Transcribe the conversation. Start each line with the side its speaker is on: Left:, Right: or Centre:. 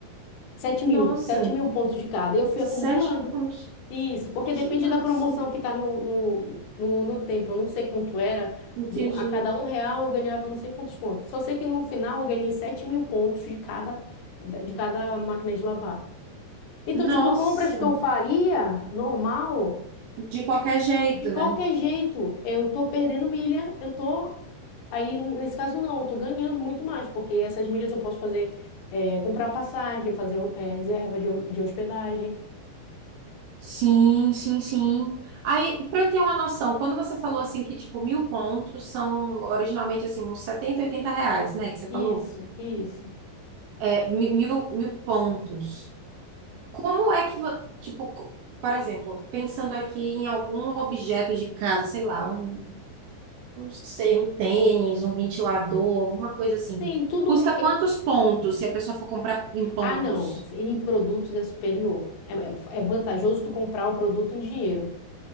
Left: Sete
Right: nossa,
Left: mil, sete mil pontos de cada. Eu fui
Right: sétimo
Left: acumulando.
Right: ponto.
Left: Isso, porque
Right: Que
Left: depende
Right: massa.
Left: da promoção que tá no, no, no, no tempo. Eu não sei quanto era.
Right: Entendi.
Left: Do- A cada um real eu ganhava não sei quantos pontos. Só sei que no final eu ganhei sete mil pontos de cada, de cada máquina de lavar. Então,
Right: Nossa,
Left: tipo, compras que eu faria normal.
Right: de qualquer jeito,
Left: De qualquer
Right: né?
Left: jeito, eu tô perdendo milha, eu tô. Aí, nesse caso, não, eu tô ganhando muito mais, porque essas milhas eu posso fazer, é, comprar passagem, fazer, é, reserva de, de hospedagem.
Right: Sim, sim, sim. Aí, para eu ter uma noção, quando você falou assim que tipo mil pontos são originalmente assim uns 70, 80 reais, né? Que você
Left: Isso,
Right: falou,
Left: isso.
Right: é mi- mil, mil, pontos. Como é que vo- tipo, co- por exemplo, pensando aqui em algum objeto de casa, sei lá, um não sei, um tênis, um ventilador, alguma coisa assim.
Left: Tem tudo
Right: Custa
Left: requer.
Right: quantos pontos se a pessoa for comprar em pontos?
Left: Ah, não, em produtos é superior. É, é é vantajoso tu comprar o produto em dinheiro.